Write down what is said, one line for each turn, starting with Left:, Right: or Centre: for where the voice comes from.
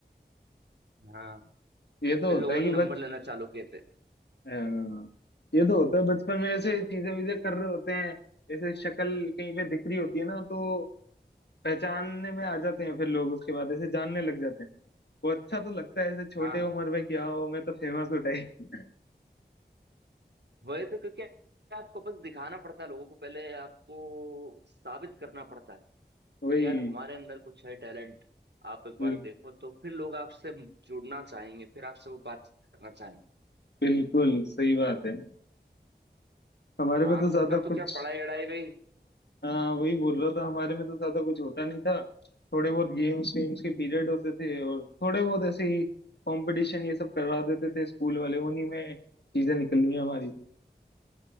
Right: हाँ
Left: ये तो
Right: फिर
Left: होता
Right: लोगों
Left: है
Right: ने
Left: कि बच
Right: नंबर लेना चालू किए थे
Left: अ, ये तो होता है बचपन में ऐसे चीजें वीजें कर रहे होते हैं ऐसे शक्ल कहीं पे दिख रही होती है ना तो पहचानने में आ जाते हैं फिर लोग उसके बाद ऐसे जानने लग जाते हैं वो अच्छा तो लगता है ऐसे छोटे
Right: हाँ
Left: उम्र में क्या हो मैं तो फेमस हो टाइप
Right: वही तो क्योंकि आपको बस दिखाना पड़ता है लोगों को पहले आपको साबित करना पड़ता है कि
Left: वही
Right: यार हमारे अंदर कुछ है टैलेंट आप एक बार
Left: बिल,
Right: देखो तो फिर लोग आपसे जुड़ना चाहेंगे फिर आपसे वो बातचीत करना चाहेंगे
Left: बिल्कुल सही बात है हमारे में
Right: आपका
Left: तो ज्यादा कुछ
Right: तो क्या पढ़ाई अड़ाई में ही
Left: हाँ वही बोल रहा था हमारे में तो ज्यादा कुछ होता नहीं था थोड़े बहुत गेम्स वेम्स के पीरियड होते थे और थोड़े बहुत ऐसे ही कंपटीशन ये सब करवा देते थे स्कूल वाले उन्हीं में चीजें निकली हैं हमारी तो